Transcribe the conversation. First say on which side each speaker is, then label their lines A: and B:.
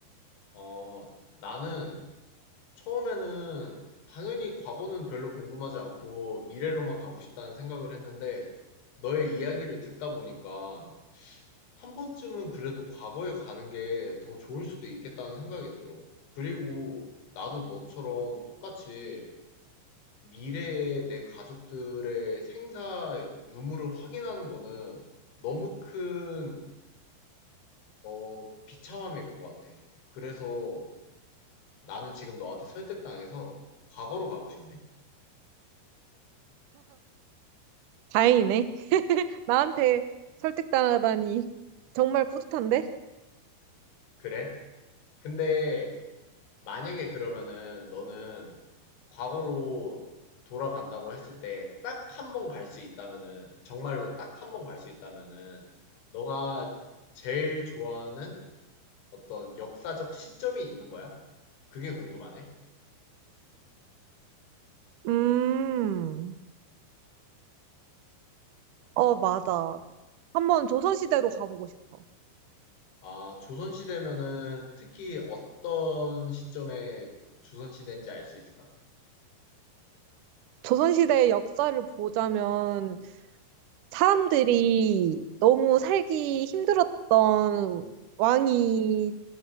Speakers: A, on the left; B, on the right.
A: 어, 나는 처음에는 당연히 과거는 별로 궁금하지 않고 미래로만 가고 싶다는 생각을 했는데 너의 이야기를 듣다 보니까 한 번쯤은 그래도 과거에 가는 게 더 좋을 수도 있겠다는 생각이 들어. 그리고 나도 너처럼 똑같이 미래에 내 가족들의 생사 유무를 확인하는 거는 너무 큰, 어, 비참함일 것 같아. 그래서 나는 지금 너한테 설득당해서 과거로 가고 싶네.
B: 다행이네. 나한테 설득당하다니 정말 뿌듯한데?
A: 그래? 근데 만약에 그러면은 너는 과거로 돌아간다고 했을 때 딱 한 번 갈 수 있다면은, 정말로 딱 한 번 갈 수 있다면은, 너가 제일 좋아하는 어떤 역사적 시점이 있는 거야? 그게 궁금하네.
B: 음, 어, 맞아. 한번 조선시대로 가보고 싶어.
A: 아, 조선시대면은 특히 어떤 시점에 조선시대인지 알 수 있을까?
B: 조선시대의 역사를 보자면 사람들이 너무 살기 힘들었던 왕이